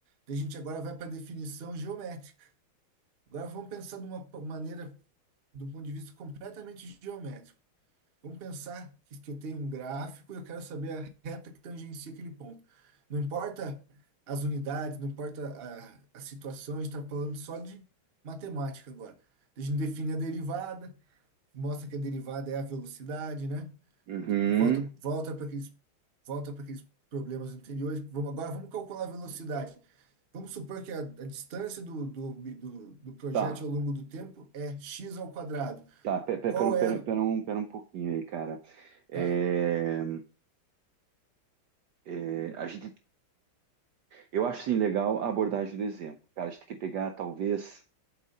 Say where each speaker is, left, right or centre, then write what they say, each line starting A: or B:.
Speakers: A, on the right (about 45°); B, on the right (about 70°).
A: Daí a gente agora vai para a definição geométrica. Agora vamos pensar de uma p- maneira, de um ponto de vista completamente geométrico. Vamos pensar que, que eu tenho um gráfico e eu quero saber a reta que tangencia aquele ponto. Não importa as unidades, não importa a, a situação, a gente está falando só de matemática agora. A gente define a derivada, mostra que a derivada é a velocidade, né?
B: Uhum.
A: Do- do- volta volta para aqueles, volta para aqueles problemas anteriores. Vamos, agora vamos calcular a velocidade. Vamos supor que a, a distância do, do, ob- do, do projétil
B: Tá,
A: ao longo do tempo é x ao quadrado.
B: tá, pe- pe-
A: Qual
B: pera, um, pera,
A: é?
B: pera, um, pera um pouquinho aí, cara. É,
A: Tá.
B: é, a gente, eu acho, sim, legal a abordagem do exemplo. Cara, a gente tem que pegar, talvez,